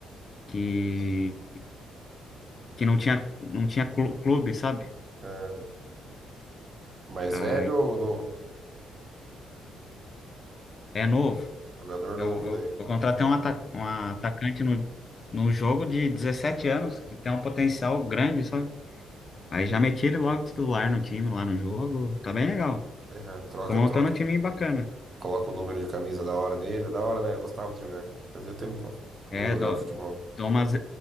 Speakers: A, on the left; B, on the right.
A: que, que não tinha, não tinha clu- clube, sabe?
B: é, mais
A: Aí,
B: velho ou novo?
A: é novo.
B: Jogador
A: Eu,
B: novo
A: eu,
B: daí.
A: eu contratei um, ata um atacante no, no jogo de 17 anos, que tem um potencial grande, sabe? Aí já meti ele logo titular no time, lá no jogo. Tá bem legal.
B: Aí é, troca,
A: Tô montando
B: troca.
A: um time bacana.
B: Coloca o número de camisa da hora nele. É Da hora, né? Eu gostava de jogar, cara. Fazia tempo pra pra
A: É,
B: não jogava
A: dou,
B: futebol.
A: dou umas,